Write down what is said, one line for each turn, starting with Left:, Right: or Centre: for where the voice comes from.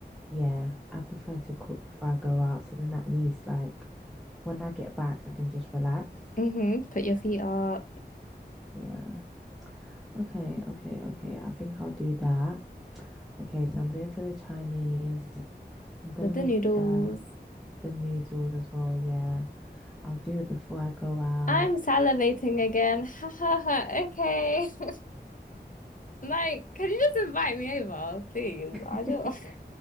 Centre: yeah, I prefer to cook before I go out. So then at least like when I get back, I can just relax.
Left: Mm-hmm. Put your feet up
Centre: Yeah. Okay, okay, okay. I think I'll do that. Okay, so I'm going for the Chinese. I'm gonna
Left: with the
Centre: make
Left: noodles.
Centre: the the noodles as well. Yeah. I'll do it before I go out.
Left: I'm salivating again. <laughs> Ha ha ha. Okay. <laughs> Like, can you just invite me over, please?
Centre: <laughs>
Left: I don't. <laughs>